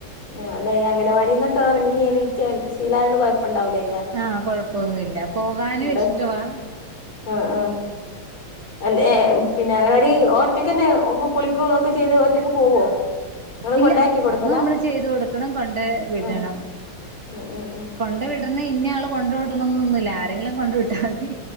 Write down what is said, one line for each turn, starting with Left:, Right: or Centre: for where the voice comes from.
Left: ആഹ് അല്ല ഈ അങ്ങനവാടിന്നൊക്കെ ഒറങ്ങി എണീറ്റ് ഓൻക്ക് ശീലായോണ്ട് കൊയപ്പണ്ടാവൂല്ലാ
Right: ആഹ് കൊഴപ്പൊന്നുവില്ലാ പോകാനും
Left: ഇവടെ
Right: ഇഷ്ട്ടവാ
Left: ആഹ് ആഹ് എൻ ഏഹ് പിന്നെ അങ്ങനവാടി ഒറ്റക്കെന്നെ ഗ് കുളിക്കും തൊക്കെ ചെയ്ത് ഒറ്റക്ക് പോവോ? <inaudible>
Right: ഇല്ലാ
Left: കൊടുക്കലാ
Right: അത് നമ്മള് ചെയ്ത് കൊടുക്കണം കൊണ്ട വിടണം
Left: ആഹ് ഉം ഉം ഉം
Right: കൊണ്ട വിട് <unintelligible> ഇന്നെ ആള് കൊണ്ട് വിടണന്നൊന്നുല്ലാ ആരെങ്കിലും കൊണ്ട് വിട്ടാ മതി